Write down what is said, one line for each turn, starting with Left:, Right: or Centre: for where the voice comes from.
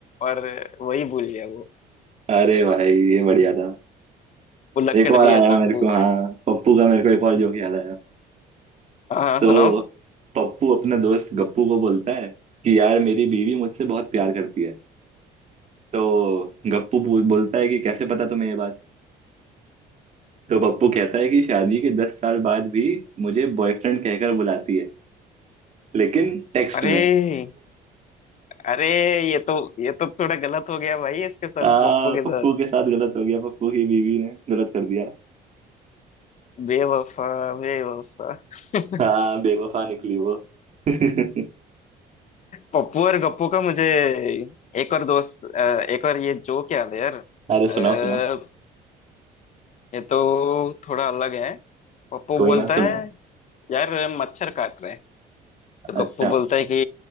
Left: और वही भूल गया वो
Right: अरे भाई ये बढ़िया था
Left: वो लक्कड़
Right: एक और
Left: भी
Right: आया
Left: है पप्पू
Right: मेरे को हाँ पप्पू का मेरे को एक और जोक याद आया
Left: हाँ हाँ,
Right: तो
Left: सुनाओ
Right: पप्पू अपने दोस्त गप्पू को बोलता है कि यार मेरी बीवी मुझसे बहुत प्यार करती है तो गप्पू बो- बोलता है कि कैसे पता तुम्हें ये बात तो पप्पू कहता है कि शादी के दस साल बाद भी मुझे बॉयफ्रेंड कहकर बुलाती है लेकिन टेक्स्ट
Left: अरे
Right: में
Left: अरे ये तो ये तो थोड़ा गलत हो गया भाई इसके साथ
Right: हाँ
Left: पप्पू के
Right: पप्पू
Left: साथ
Right: के साथ गलत हो गया पप्पू की बीवी ने गलत कर दिया
Left: बेवफा बेवफा <laughs>
Right: हाँ बेवफा निकली वो <laughs>
Left: पप्पू और गप्पू का मुझे एक और दोस्त अ, एक और ये जोक याद है यार
Right: अरे
Left: अ,
Right: सुनाओ सुनाओ
Left: ये तो थोड़ा अलग है पप्पू
Right: कोई
Left: बोलता
Right: ना सुनाओ
Left: है यार मच्छर काट रहे हैं तो
Right: अच्छा
Left: गप्पू बोलता है कि